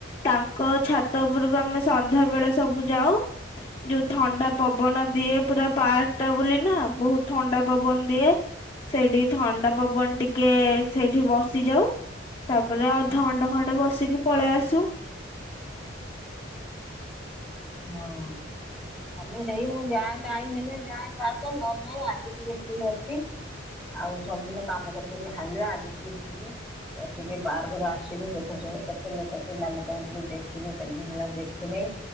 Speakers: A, on the left; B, in the centre.
A: ତାଙ୍କ ଛାତ ଉପରକୁ ଆମେ ସନ୍ଧ୍ୟା ବେଳେ ସବୁ ଯାଉ ଯୋଉ ଥଣ୍ଡା ପବନ ଦିଏ ପୁରା ପାର୍କ ବୋଲି ନା ବହୁତ ଥଣ୍ଡା ପବନ ଦିଏ ସେଇଠି ଥଣ୍ଡା ପବନ ଟିକେ ସେଇଠି ବସି ଯାଉ ତାପରେ ଅଧଘଣ୍ଟେ ଖଣ୍ଟେ ବସିକି ପଳେଇ ଆସୁ।
B: ହଁ ଆମେ ସେଇ ମୁଁ ଯାଏ ଟାଇମ ହେଲେ ଯାଏ ପାର୍କ ନହେଲେ ନାଇଁ ଆଜି ଟିକେ ଫି ଅଛି ଆଉ ସବୁଦିନ କାମ କରି କରିକି ହାଲିଆ ଆଜି ଟିକେ ଯିବି ବସିକି ପାର୍କରେ ଆସିବି ଦୁଃଖ ସୁଖ କେତେ ଲୋକ ଚିହ୍ନା ଲୋକଙ୍କୁ ଟିକେ ଦେଖିନି କେତେ ଦିନ ହେଲା ଦେଖିନି।